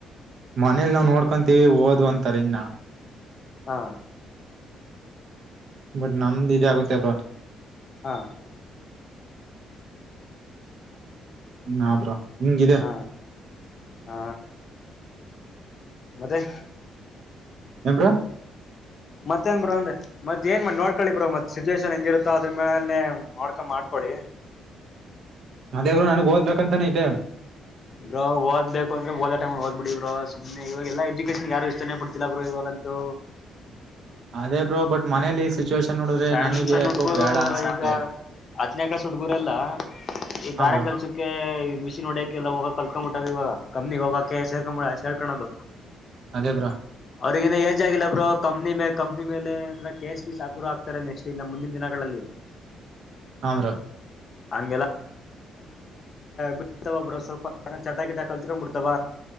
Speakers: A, on the right (about 65°); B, on the left (about 45°).
A: ಮನೇಲಿ ನಾವವು ನೋಡ್ಕೊಂತೀವಿ ಓದ್ ಅಂತರಿ ಇನ್ ನಾ
B: ಹಾ
A: ಬಟ್ ನಮ್ದ್ ಇದ ಆಗುತ್ತೆ ಅವ್ರ
B: ಹಾ
A: ಹಾ ಬ್ರೋ ಹಿಂಗಿದೆ
B: ಹಾ ಹ ಮತ್ತೆ
A: ಎ್ರೋ
B: ಮತ್ತೇಏನ್ ಬ್ರೋ ಅಂದ ಮತ್ ಏನ್ ಮ ನೋಡ್ಳ್ಳಿ ಬ್ರೋ ಮತ್ ಸಿಚುವೇೇಶನ್ ಹೆಂಗಿರುತ್ತೋ ಅದ್ರ ಮೇಲೆೇ ನೋಡ್ಕೊಂಡು ಮಾಡ್ಕೊಳ್ಳಿ
A: ಅದೇವರು ನನ್ಗ್ ಓದ್ಬೇಕ ಅಂತಾನೇ ಐತೆ
B: ಬ್ರ ದಬೇಕ ಅಂದ್ರೆ ಹದ ಟೈ್ ಹದ್ಬ ಬಿಡಿ ಇ್ರ ಇ್ಮ ಇವಾಗ ಎಲ್ಲ ಎಜುಕೇಶನ್ ಯಾರು ಇಷ್ಟಾನನೆ ಪಡ್ತಿಲ್ಲ ಬ್ರರು ಇವಾಗಂತೂ
A: ಅದೇ ಬ್ರೋ ಬಟ್ ಮನೇಲಿ ಸಿಚುವೇಶನ್ ನೋಡಿದ್ರೆ
B: ಸಣ್
A: ನನಗೆ
B: ಸ್ಣ
A: ಯಾಕೋ
B: ಹುಡ್ಗುರು
A: ಬೇಡ ಅನ್ಸುತ್ತೆ
B: ಈಗ ಆತ್ನಕಾಸ ಹುಡ್ಗುರೆಲ್ಲ ಈ
A: ಹಾ
B: ಗಾರೆ
A: ಬ್ರೋ
B: ಕೆಲ್ಸಕ್ಕೆ ಮಿಷಿನ್ ಹೊಡಿಯಕೆ ಎಲ್ಲ ಹೋಗ ಕಲ್ಕ್ಬ ಬಿಟ್ಟ್ ಇವಾಗ ಕಮ್ಮನಿಗ್ೋಗಕಕ್ಕೆ ಸೇರ್ಕೊ್ ಬಿಡ ಹೇಳ್ಕಳದು
A: ಅದೇ ಬ್ರೋ
B: ಅವ್ರಗ ಏಜ್ ಆಗಿಲ್ಲ ಬ್ರ ಕಂಪ್ನಿ ಮ ಕಂನಿ ಮೇಲೆ ಅಂದ್ರ ಕ್ ಸಾಗುರು ಆಗ್ತಾರೆ ನೆಕ್ಸ್ಟ್ ಇನ್ನು ಮುಂದಿನ ದಿನಗಳಲ್ಲಿ
A: ಹಮ್ರ
B: <unintelligible> ಹಂಗೆಲ್ಲಾ ಬಿತವ ಬ್ರ ಸ್ವಲ್ಪ ಚಟ ಗಿಟ ಕಲ್ತ್ಕೊಂಡ್ ಬಿಡ್ತವ